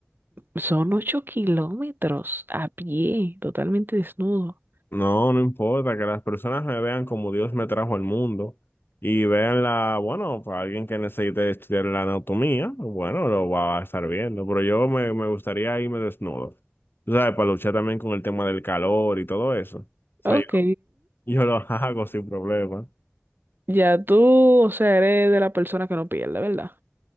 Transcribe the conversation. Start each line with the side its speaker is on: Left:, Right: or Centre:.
Right: Son ocho kilómetros a pie, totalmente desnudo.
Left: No, no importa que las personas me vean como Dios me trajo al mundo y vean la, bueno, para alguien que necesite estudiar la anatomía, bueno, lo va a estar viendo, pero yo me, me gustaría irme desnudo. Tú sabes, para luchar también con el tema del calor y todo eso. O sea,
Right: Ok,
Left: yo, yo lo <laughs> hago sin problema.
Right: ya tú, o sea, eres de la persona que no pierde, ¿verdad?